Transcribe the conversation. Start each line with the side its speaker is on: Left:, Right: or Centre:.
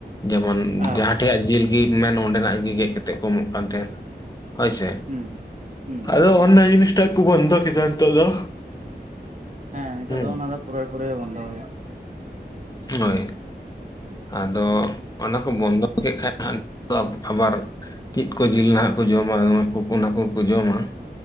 Left: ᱡᱮᱢᱚᱱ
Right: ᱦᱮᱸ
Left: ᱡᱟᱦᱟᱸᱴᱷᱮᱭᱟᱜ ᱡᱤᱞ ᱜᱮᱢ ᱢᱮᱱ ᱚᱸᱰᱮᱱᱟᱜ ᱜᱮ ᱜᱮᱫ ᱠᱟᱛᱮᱜ ᱠᱚ ᱮᱢᱚᱜ ᱠᱟᱱ ᱛᱮᱦᱮᱸ ᱦᱳᱭ ᱥᱮ
Right: ᱦᱩᱸ ᱦᱩᱸ
Left: ᱟᱫᱚ ᱚᱱᱟ ᱡᱤᱱᱤᱥᱴᱟᱜ ᱠᱚ ᱵᱚᱱᱫᱚ ᱠᱮᱫᱟ ᱱᱤᱛᱚᱜ ᱫᱚ
Right: ᱦᱮᱸ ᱱᱤᱛᱚᱜ
Left: ᱦᱩᱸ
Right: ᱫᱚ ᱚᱱᱟ ᱫᱚ ᱯᱩᱨᱟᱹ ᱯᱩᱨᱟᱹᱣ ᱵᱚᱱᱫᱚ ᱦᱩᱭᱱᱟ
Left: ᱦᱳᱭ ᱟᱫᱚ ᱚᱱᱟ ᱠᱚ ᱵᱚᱱᱫᱚ ᱠᱮᱫ ᱠᱷᱟᱱ ᱫᱚ ᱟᱵᱟᱨ ᱪᱮᱫ ᱠᱚ ᱡᱤᱞ ᱱᱟᱦᱟᱜ ᱠᱚ ᱡᱚᱢᱟ ᱚᱱᱟ ᱠᱚᱠᱚ, ᱚᱱᱟ ᱠᱚᱠᱚ ᱡᱚᱢᱟ,